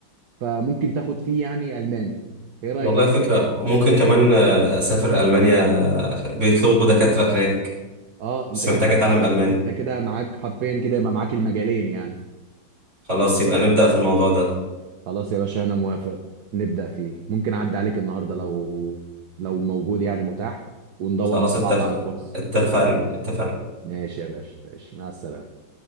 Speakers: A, on the right (about 60°); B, on the right (about 35°).
A: فممكن تاخد فيه يعني ألماني ايه رأيك
B: والله
A: في
B: فكرة
A: الحوار ده
B: وممكن كمان آه، أسافر ألمانيا بيطلبوا دكاترة هناك
A: اه انت
B: بس محتاج
A: كده
B: أتعلم
A: معاك
B: ألماني
A: انت كده معاك حرفيا كده يبقى معاك المجالين يعني
B: خلاص يبقى نبدأ في الموضوع ده
A: خلاص يا باشا انا موافق نبدأ فيه ممكن اعدي عليك النهاردة لو لو موجود يعني متاح وندور
B: خلاص
A: مع
B: اتفق
A: بعض على كورس
B: اتفقنا اتفقنا
A: ماشي يا باشا ماشي مع السلامة